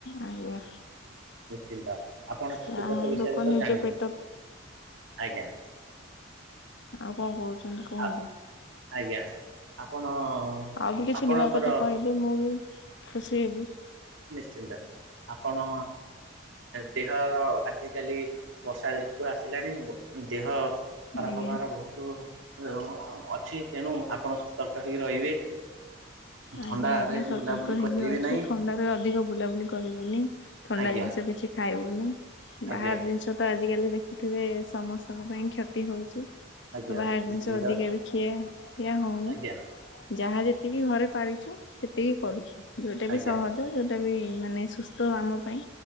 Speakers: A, on the left; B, on the right.
A: ଆଜ୍ଞା।
B: ନିଶ୍ଚିନ୍ତ ଆପଣ ଛତୁ
A: ଯାହା
B: ଚାଷ
A: ହଉ
B: ବିଷୟରେ
A: ଲୋକ
B: ତ
A: ନିଜ
B: ଜାଣିଲେ
A: ପେଟ
B: ଆଜ୍ଞା।
A: ଆଉ କଣ କହୁଛନ୍ତି କୁହନ୍ତୁ?
B: ଆ ଆଜ୍ଞା, ଆପଣ
A: ଆଉ ବି କିଛି
B: ଆପଣଙ୍କର
A: ନୂଆ କଥା କହିଲେ ମୁଁ ବି ଖୁସି ହେବି।
B: ନିଶ୍ଚିନ୍ତ ଆପଣ ଦେହର ଆଜିିକାଲି ବର୍ଷା ଋତୁ ଆସିଲାଣି ଦେହ ଖରାପ
A: ଆଜ୍ଞା।
B: ହବାର ବହୁତ ଅଛି ତେଣୁ ଆପଣ ସତର୍କ ହେଇକି ରହିବେ।
A: ଆଜ୍ଞା
B: ଥଣ୍ଡାରେ
A: ଆଜ୍ଞା ସତର୍କ
B: ବୁଲାବୁଲି
A: ହେଇକି
B: କରିବେ
A: ଅଛୁ
B: ନାହିଁ।
A: ଥଣ୍ଡାରେ ଅଧିକ ବୁଲାବୁଲି କରିବୁନି, ଥଣ୍ଡା
B: ଆଜ୍ଞା
A: ଜିନିଷ କିଛି ଖାଇବୁନି,
B: ଆଜ୍ଞା
A: ବାହାର ଜିନିଷ ତ ଆଜିକାଲି ଦେଖୁଥିବେ ସମସ୍ତଙ୍କ ପାଇଁ କ୍ଷତି ହଉଛି।
B: ଆଜ୍ଞା
A: ତ ବାହାର ଜିନିଷ
B: ନିଶ୍ଚିନ୍ତ
A: ଅଧିକା ବି ଖିଆ ପିଆ ହଉନି।
B: ଆଜ୍ଞା
A: ଯାହା ଯେତିକି ଘରେ ପାରିଛୁ ସେତିକି କରୁଛୁ ଯଉଟା
B: ଆଜ୍ଞା
A: ବି ସହଜ ଯୋଉଟା ବି ମାନେ ସୁସ୍ଥ ଆମ ପାଇଁ